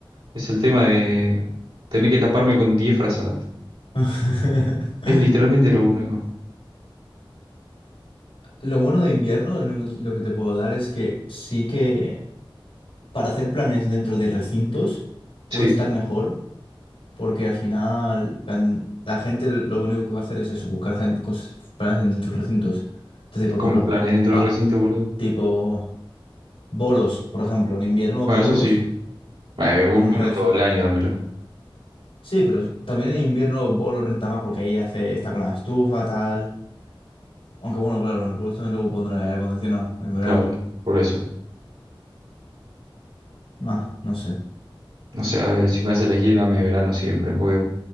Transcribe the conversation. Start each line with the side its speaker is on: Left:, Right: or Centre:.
Right: es el tema de tener que taparme con 10 frazadas.
Left: <laughs>
Right: Es literalmente lo único.
Left: Lo bueno de invierno, lo único- lo que te puedo dar es que sí que para hacer planes dentro de recintos puede
Right: Sí,
Left: estar mejor, porque al final plan, la gente lo único que va a hacer es eso, buscar gen- cos- planes dentro de recintos. Entonces, por
Right: como
Left: ejemplo,
Right: planes dentro
Left: pa-
Right: del recinto, boludo.
Left: tipo bolos, por ejemplo, en invierno
Right: Bueno,
Left: bolos
Right: eso sí. Bueno, eh, vos-
Left: en
Right: vos
Left: un recinto.
Right: todo el año dámelo.
Left: Sí, pero también en invierno bolos renta más porque ahí hace, está con la estufa, tal. Aunque bueno, claro, en los bolos también luego pondrán el aire acondicionado en verano.
Right: Claro, por eso.
Left: Más, no sé.
Right: O sea, si me hace elegir, dame verano siempre, porque,